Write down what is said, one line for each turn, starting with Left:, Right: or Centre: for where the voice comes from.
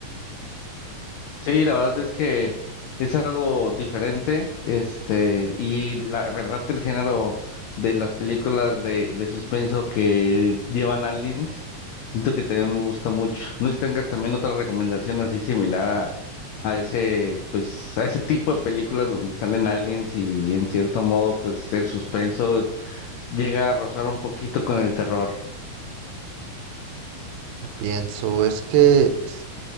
Left: Sí, la verdad es que es algo diferente, este, y la verdad el género de las películas de, de suspenso que llevan aliens, siento que también me gusta mucho. No sé si tengas también otra recomendación así similar a, a ese, pues, a ese tipo de películas donde salen aliens y en cierto modo, pues, el suspenso llega a rozar un poquito con el terror.
Right: Pienso, es que s-